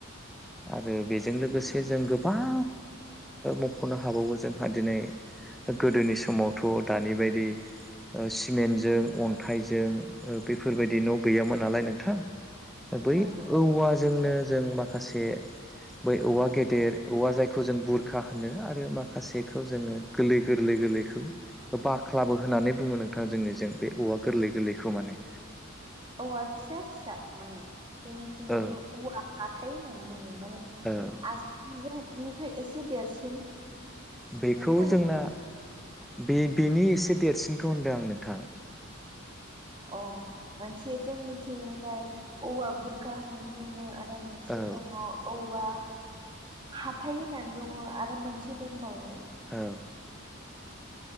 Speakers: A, in the centre; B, on the right.
A: आरो बेजों लोगोसे जों गोबां मख'नो हाबावो जोंहा दिनै गोदोनि समावथ' दानि बायदि सिमेन्टजों अन्थाइजों बेफोरबायदि न' गैयामोन नालाय नोंथां बै
B: नंगौ
A: औवाजोंनो जों माखासे बै औवा गेदेर औवा जायखौ जों बुरखा होनो आरो माखासेखौ जोङो गोरलै गोरलै गोरलैखौ बाख्लाबो होननानै बुङो नोंथां जोंनिजों बे औवा गोरलै गोरलैखौ माने
B: औवा फिसा फिसा माने जोंनिथिं
A: औ
B: बेखौ औवा हाथथाय होननानै बुङो माने
A: औ
B: आसजोंनिख्रुइ एसे देरसिन
A: बेखौ
B: नोंथाङा
A: जोंना
B: बेखौ
A: बे बेनि एसे देरसिनखौ होनदों आं नोंथां
B: अ मोनसे जोंनिथिंजाय औवा बुरखा होननानै बुङो आरो मोनसे
A: औ
B: दङ औवा हाथाइ होननानै बुङो आरो मोनसे दंबावो
A: औ